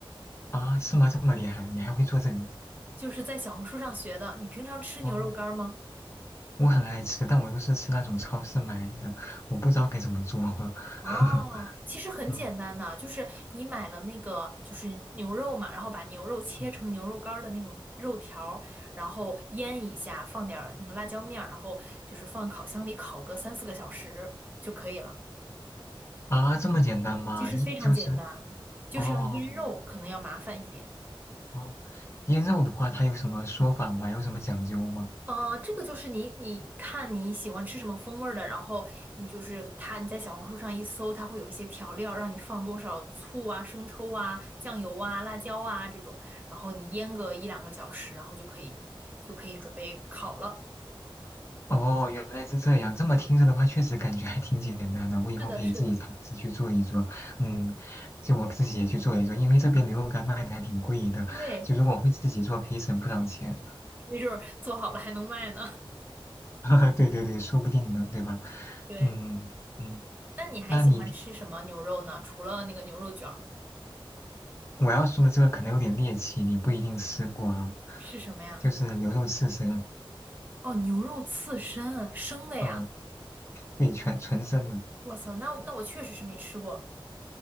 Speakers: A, on the left; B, on the right.
A: 啊，是吗？这么厉害，你还会做这个？
B: 就是在小红书上学的。你平常吃牛肉干儿吗？
A: 哦，我很爱吃，但我又是吃那种超市买的，我不知道该怎么做。
B: 哦，
A: <laughs>
B: 其实很简单的，
A: 嗯
B: 就是你买了那个就是牛肉嘛，然后把牛肉切成牛肉干儿的那种肉条儿，
A: 嗯，
B: 然后腌一下，放点儿那个辣椒面儿，然后就是放烤箱里烤个三四个小时就可以了。
A: 啊，这么简单吗？
B: 其实非常简单，
A: 一就是
B: 就是要腌肉，
A: 哦嗯
B: 可能要麻烦一点。
A: 哦，腌肉的话，它有什么说法吗？有什么讲究吗？
B: 呃，这个就是你，你看你喜欢吃什么风味儿的，然后你就是它，你在小红书上一搜，它会有一些调料，让你放多少醋啊、生抽啊、酱油啊、辣椒啊这种，然后你腌个一两个小时，然后就可以就可以准备烤了。
A: 哦，原来是这样。这么听着的话，确实感觉还挺简单的。我以后可以自己尝试去做一做。
B: 是的，是的，
A: 嗯，就我自己也去做一做，因为这边牛肉干卖的还挺贵的。
B: 对，
A: 就如果会自己做，可以省不少钱。
B: 没准儿做好了还能卖呢。
A: <laughs> 对对对，说不定呢，对吧？
B: <laughs> 对，
A: 嗯嗯，
B: 那你还喜欢吃什么牛肉呢？
A: 那你
B: 除了那个牛肉卷儿，
A: 我要说的这个可能有点猎奇，你不一定吃过啊。
B: 是什么呀？
A: 就是牛肉刺身，
B: 哦，牛肉刺身，生的呀！
A: 嗯、对，全纯生的。
B: 我操，那那我确实是没吃过